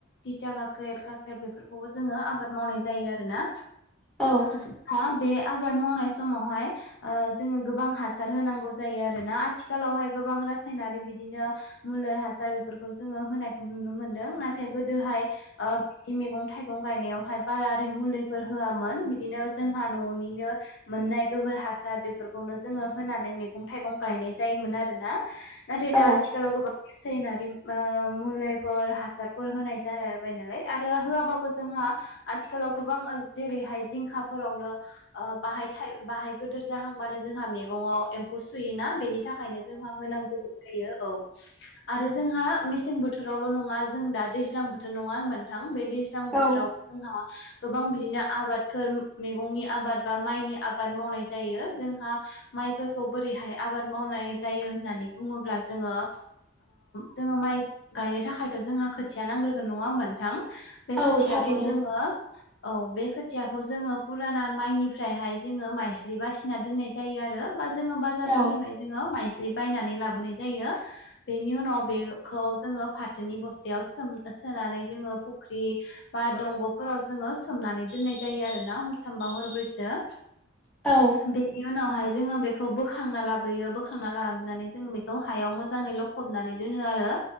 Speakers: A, on the left; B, in the centre.
A: थिथा खाख्रेब काख्रेब बेफोरखौबो ज जोङो आबाद मावनाय जायो आरोना
B: औ
A: जोंहा बे आबाद मावनाय समावहाय ओ जोङो गोबां हासार होनांगौ जायो आरोना आथिखालावहाय गोबां रासायनारि बिदिनो मुलुलि हासार बेफोरखौ जोङो होनायखौ नुनो मोनदों नाथाय गोदोहाय ओ बिदि मैगं थाइग गं गायनायावहाय बारा ओरै मुलिफोर होआमोन बिदिनो जोंहा न'निनो मोननाय गोबोर हासार बेफोरखौनो जोङो होनानै मैगं थाइगं गायनाय जायोमोन आरोना। नाथाय
B: औ
A: दा आजखालाव गोबां सेनारिम ओ मुलिफोर हासारफोर होनाय जाबाय नालाय आरो होआाबाबो जोंहा आथिखालाव गोबां ओ जेरैहाय जिंखाफोरावनो ओ बाहाय बाहाय गिदिर जाहांबानो जोंहा मैगंङाव एम्फौ सुयोना बेनि थाखायनो जोंहा होनांगौबो जायो औ। आरो जोंहा मेसें बोथोरावल' नङा जों दा दैज्लां बोथोर नङा होनबानोथां बे दैज्लां बोथ
B: औ
A: बोथोराव जोंहा गोबां बिदिनो आबादफोर मैगंनि आबाद बा माइनि आबाद मावनाय जायो जोंहा माइफोरखौ बोरैहाय आबाद मावनाय जायो होननानै बुङोब्ला जोङो जोङो माइ गायनो थाखायथ' जोंहा खोथिया नांग्रोगोन नङा होमब नोंथां बे
B: औ
A: खोथियाखौ
B: थारैनो
A: जोङो औ बे खोथियाखौ जोङो फुराना माइनिफ्रायहाय जोङो माइस्लि बासिना दोननाय जायो आरो बा जोङो बाजारफोरनिफ्राय
B: औ
A: जोङो माइस्लि बायनानै लाबोनाय जायो। बेनि उनाव बेखौ जोङो फाथोनि बस्थायाव सोम सोनानै जोङो फुख्रि बा दंग'फोराव जोङो सोमनानै दोननाय जायो आरोना हरथामबा हरब्रैसो।
B: औ।
A: बेनि उनावहाय जोङो बेखौ बोखांना लाबोयो बोखांना लाबोनानै जोङो बेखौ हायाव मोजाङैल' फबनानै दोनो आरो